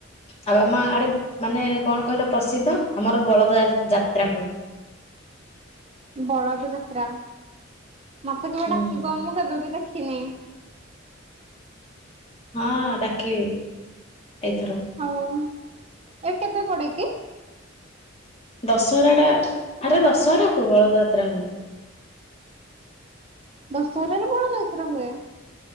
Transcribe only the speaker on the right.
ବଳଦ ଯାତ୍ରା। ମତେ କେବେ
ଡାକିବା ମୁଁ କେବେ ବି ଦେଖି। ଖିନି।
ହଉ। ଏ କେବେ ପଡେ କି?
ଦଶହରାରେ ବଳଦ ଯାତ୍ରା ହୁଏ।